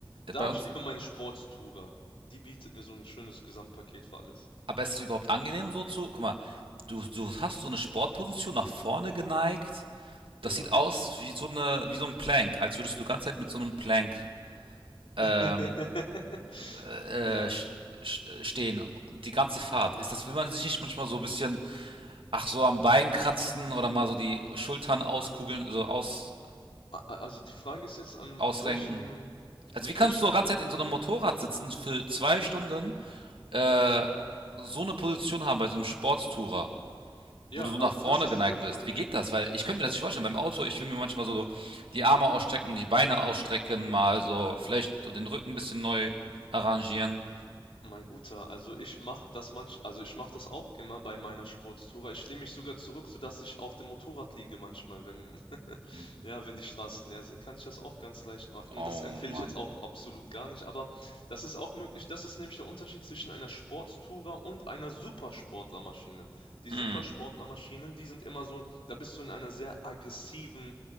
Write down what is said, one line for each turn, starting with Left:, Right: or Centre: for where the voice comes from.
Right: Bei
Left: Da habe
Right: uns
Left: ich lieber meine Sporttourer. Die bietet mir so ein schönes Gesamtpaket für alles.
Right: Aber ist es überhaupt angenehm so zu, guck mal, du, du hast so eine Sportposition nach vorne geneigt. Das
Left: Ja.
Right: sieht aus wie so eine, wie so ein Plank, als würdest du die ganze Zeit mit so einem Plank ähm,
Left: <laughs>
Right: äh,
Left: Ja.
Right: stehen. Die ganze Fahrt. Ist das, will man sich nicht manchmal so ein bisschen, ach so am Bein kratzen oder mal so die Schultern auskugeln, so aus,
Left: A a also die Frage ist jetzt, an
Right: ausrenken?
Left: an welchem
Right: Also
Left: an
Right: wie kannst
Left: welchem
Right: du die ganze Zeit in so einem Motorrad sitzen für zwei Stunden, äh, so eine Position haben bei so einem Sportstourer?
Left: ja,
Right: wo du so
Left: äh,
Right: nach vorne
Left: das ist
Right: geneigt
Left: die Sache.
Right: bist. Wie geht das? Weil ich könnte mir das nicht vorstellen. Beim Auto, ich will mir manchmal so die Arme ausstrecken, die Beine ausstrecken, mal so vielleicht so den Rücken ein bisschen neu arrangieren.
Left: Mein Guter, also ich mache das manch, also ich mache das auch immer bei meiner Sportstour. Ich lehne mich sogar zurück, sodass ich auf dem Motorrad liege manchmal, wenn, <laughs>
Right: Hm.
Left: ja, wenn die Straßen leer sind, kann ich das auch ganz leicht machen.
Right: Oh
Left: Das empfehle
Right: Mann.
Left: ich jetzt auch absolut gar nicht, aber das ist auch möglich. Das ist nämlich der Unterschied zwischen einer Sporttourer und einer Supersportlermaschine. Die
Right: Hm,
Left: Supersportlermaschinen, die sind immer so, da bist du in einer sehr aggressiven,